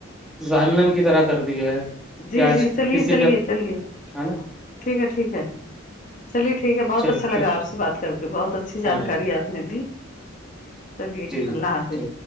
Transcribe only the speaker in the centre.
ظہنم کی طرح کر دیا ہے
کہ آج
کسی
کے
ہے نا
چلیے
ہاں جی
جی
جی